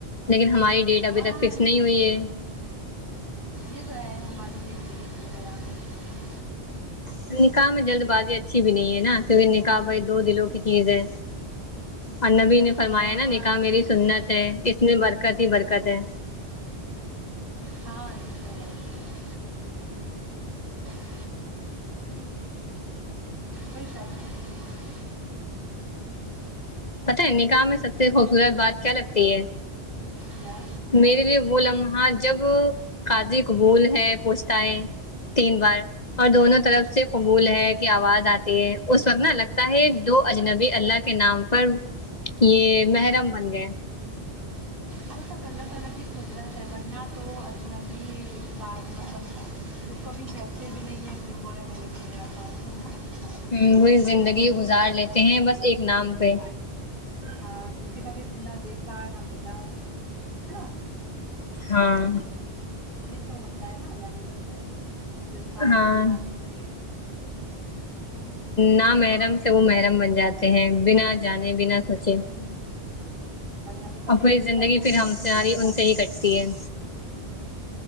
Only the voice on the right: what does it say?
ہاں
یہ
تو
یہ تو <inaudible>
ہاں
یہ
تو-
ہاں یہ تو ہے <inaudible> کوئی شک نہیں
کیا
وہ سب اللہ تعالی کی قدرت ہے وہ نہ تو انبی بار مطلب جو کبھی ویسے بھی نہیں ہے پھر وہ رہنے لگے ہیں آ پاس میں ہے نا
یہ تو اللہ
کی قدرت
ہے
ہاں جیسے کبھی نہ دیکھا نہ ملا ہے نا
یہ تو ہوتا ہے نا الگ ہی مطلب انسان
کو بنا دیکھ کھے
ہوں ورنہ تو کبھی
دیکھا
بھی نہیں
ہے
جسے